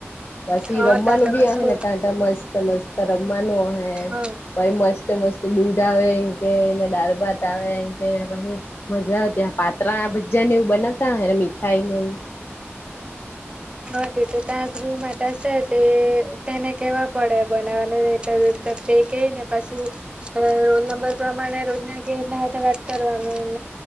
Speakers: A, on the left; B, on the right.
A: પછી
B: હા
A: રમવાનું
B: તા તો
A: બી
B: પાછું
A: હ ને, ત્યા મસ્ત મસ્ત રમવાનું હ.
B: હા
A: પછ મસ્ત, મસ્ત દૂઢ આવે. કેને દાળ ભાત આવે કેને પહી, મજા આવે ત્યાં પાત્રા ભજા ને એવું બનાવતા મીઠાઈ, નેવું
B: હા, તે તો ત્યાં ગૃહ, માત સે તે તેને કેવા પડે બનાવવાનું રેય ત ત તે કહીને પછી, અ રોલ નંબર પ્રમાણે રોજના કે ના વાત કરવાનું